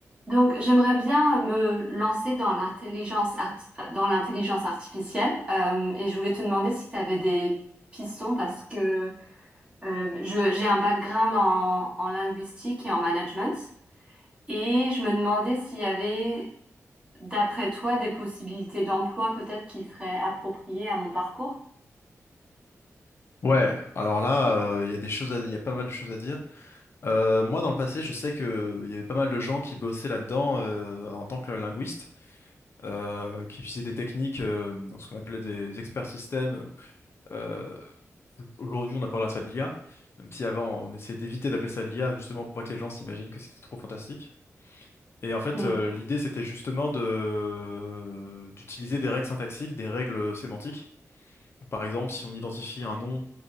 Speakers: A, on the right (about 20°); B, on the left (about 50°).
A: Donc, j'aimerais bien me lancer dans l'intelligence art- dans l'intelligence artificielle euh, et je voulais te demander si tu avais des pistons parce que euh, je- j'ai un background en, en linguistique et en management et je me demandais s'il y avait, d'après toi, des possibilités d'emploi peut-être qui seraient appropriées à mon parcours.
B: Ouais, alors là, euh, il y a des choses, à- il y a pas mal de choses à dire. Euh, moi, dans le passé, je sais que il y avait pas mal de gens qui bossaient là-dedans euh, en tant que linguiste, euh, qui utilisaient des techniques, euh, dans ce qu'on appelait des experts systèmes. Euh, aujourd'hui, on appellera ça de l'IA, même si avant, on essayait d'éviter d'appeler ça de l'IA, justement pour pas que les gens s'imaginent que c'était trop fantastique. Et en fait,
A: Hmm.
B: euh, l'idée, c'était justement de d'utiliser des règles syntaxiques, des règles sémantiques par exemple, si on identifie un nom